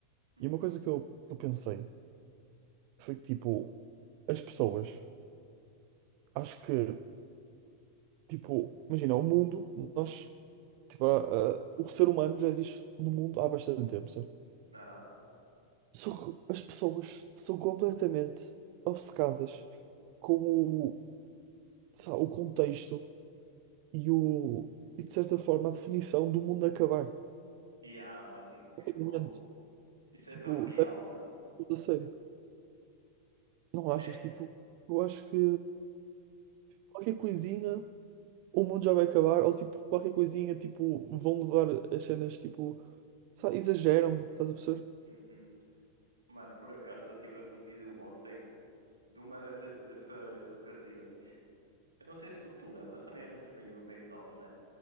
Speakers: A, on the right; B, on the right.
A: Hum,
B: E uma coisa que eu, que eu pensei foi que, tipo, as pessoas, acho que, tipo, imagina, o mundo, nós, tipo, a- a- o ser humano já existe no mundo há bastante tempo, certo?
A: aham.
B: São- as pessoas são completamente obcecadas com o, sabe, o contexto e, o, e, de certa forma, a definição do mundo acabar. A
A: E ah, mano, tipo,
B: qualquer momento.
A: isso
B: Tipo,
A: é tão real,
B: leva
A: mano.
B: tudo a sério. Não achas?
A: É,
B: Tipo, eu acho que qualquer coisinha o mundo já vai acabar, ou tipo, qualquer coisinha, tipo, vão levar as cenas, tipo, sabe, exageram, estás a perceber?
A: uhum. Mano, por acaso eu tive a ver um vídeo ontem de uma dessas, dessas ocasiões. Eu não sei se tu te lembras, nós também éramos meio, meio novos, né?